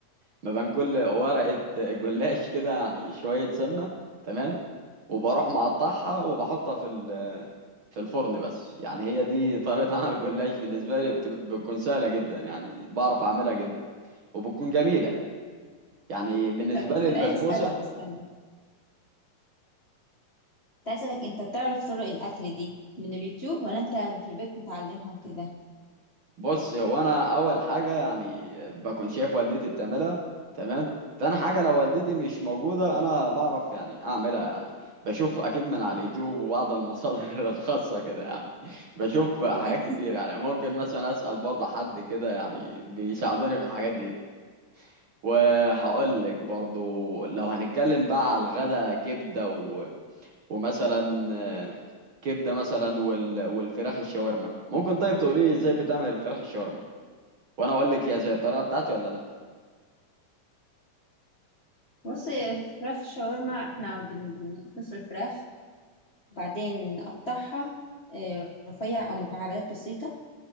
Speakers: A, on the right; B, on the left.
A: ما بين كل ورقة جلاش كده يعني شوية سمنة تمام وبروح مقطعها وبحطها في ال- في الفرن بس يعني هي دي طريقة عمل الجلاش بالنسبة لي بت- بتكون سهلة جدا يعني بعرف أعملها جدا وبتكون جميلة يعني بالنسبة
B: طب كنت
A: لي البسبوسة
B: عايز أسألك استنى كنت عايز أسألك أنت بتعرف طرق الأكل دي من اليوتيوب ولا أنت في البيت بتعلمها وكده
A: بص هو انا اول حاجة يعني بكون شايف والدتي بتعملها تمام تاني حاجة لو والدتي مش موجودة انا بعرف يعني اعملها يعني بشوف اكيد من على اليوتيوب وبعض المصادر <laughs> الخاصة كده يعني بشوف
B: أيوة
A: حاجات
B: <laughs> أكل
A: كتير يعني ممكن مثلا اسأل برضه حد كده يعني بيساعدوني في الحاجات دي, دي. وهقول لك برضه لو هنتكلم بقى على الغدا كبدة ومثلا آه، كبده مثلا وال... والفراخ الشاورما ممكن طيب تقولي لي ازاي بتعمل الفراخ الشاورما وانا اقول لك هي زي الطريقه بتاعتي ولا لا
B: بص هي الفراخ شاورما احنا بن- بن- بنسلق الفراخ وبعدين نقطعها آه، رفيع أو مكعبات بسيطة